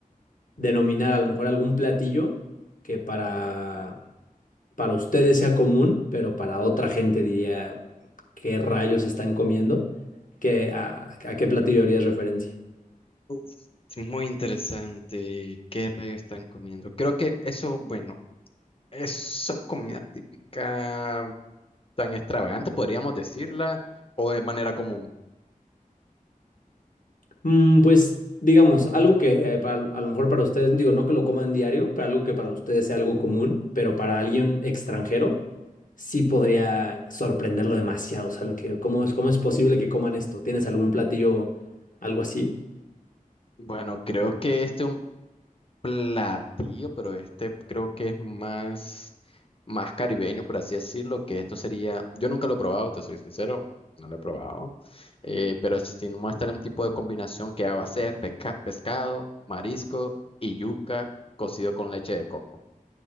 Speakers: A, on the left; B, on the left.
A: denominar a lo mejor algún platillo que para, para ustedes sea común, pero para otra gente diría qué rayos están comiendo, ¿qué, a, a qué platillo harías referencia?
B: Uf, es muy interesante. ¿Qué rayos están comiendo? Creo que eso, bueno, es comida típica. tan extravagante, podríamos decirla, o de manera común.
A: Mm, pues digamos, algo que eh, para- a lo mejor para ustedes, digo, no que lo coman diario, pero algo que para ustedes sea algo común, pero para alguien extranjero sí podría sorprenderlo demasiado. O sea, lo que, ¿cómo es, cómo es posible que coman esto? ¿Tienes algún platillo, algo así?
B: Bueno, creo que este es un platillo, pero este creo que es más, más caribeño, por así decirlo, que esto sería, yo nunca lo he probado, te soy sincero, no lo he probado, eh, pero si no muestra un tipo de combinación que a base de pesca- pescado, marisco y yuca cocido con leche de coco.